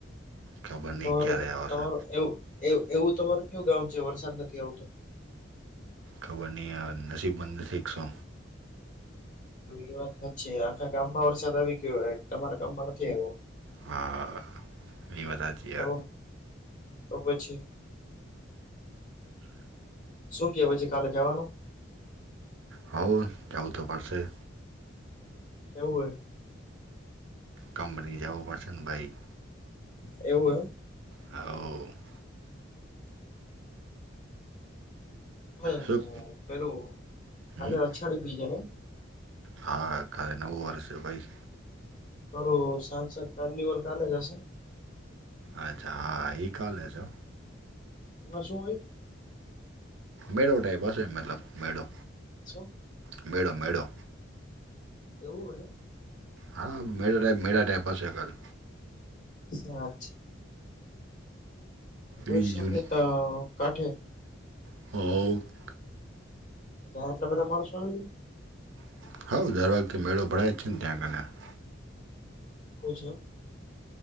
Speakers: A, on the right; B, on the left.
A: ખબર નહીં
B: તમારે
A: ક્યારે આવશે
B: તમારું એવું એવું તમારું કયુ ગામ છે વરસાદ નથી આવતો
A: ખબરની નસીબંધ નથી કે શુ
B: એ વાત છે આખા ગામમાં વરસાદ આવી ગયો તમારા ગામમાં નથી આવ્યો
A: હા એ વાત સાચી
B: તો તો પછી શું ક પછી કાલે જવાનું
A: હઉ જાઉ તો પારસે
B: એવું હ
A: કામપની જાવ પડશે ને ભાઈ
B: એવું એમ
A: હ
B: હ
A: શું
B: પેલું
A: હમ
B: કા અછાડી બીજને
A: હા કારે નવું વર્ષ ભાઈ
B: કર સાનસન કાર્નિવલ કાલેશેન
A: અચ્છા હા એ કાલે છો
B: એમાં શું હોય
A: મેળો ટાઈપ હશે મતલબ મેળો
B: શું
A: મેડો મેડો
B: એવું હય
A: હા મેળા મેળા ટાઈપ હશે એકાદુ
B: સાચ છે
A: એ
B: ઉસ
A: જ જૂની
B: ને તો કાઠે
A: <inaudible>
B: <unintelligible> એટલા બધા માણસોઓય
A: હા <unintelligible>
B: <unintelligible>